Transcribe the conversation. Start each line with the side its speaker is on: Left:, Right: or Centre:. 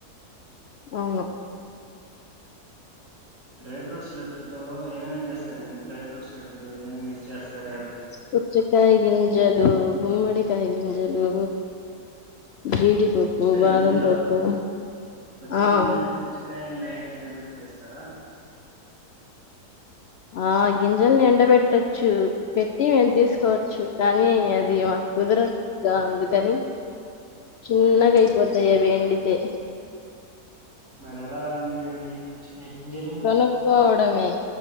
Left: అవును
Right: డ్రై ఫ్రూట్స్ లడ్డుతో ఏమేమేమి చేస్తాం సరేడి డై ఫ్రూట్స్ లడ్డు చెస్తార్
Left: పుచికేయ్ గింజలు గుొమ్మడికాయ గింజలు జీడిపప్పు
Right: పుచ్చకాయ
Left: బాదం
Right: గింజల
Left: పప్పు
Right: పుచ్చకాయ
Left: ఆ
Right: గింజల అంటే పుచ్చకాయని డైరెక్ట్ ఎండబెట్టి తీస్తారా
Left: ఆ గింజల్ని ఎండబెట్టొచ్చు చు పెట్టి మేము తీసుకోవచ్చు కానీ అది మాకు కుదరగా ఉందుకని చిన్నగా అయిపోతాయివేండి థే
Right: మరి ఎలా అండి అవి కుచ్చికయ గింజలు
Left: కొనుక్కోవడమే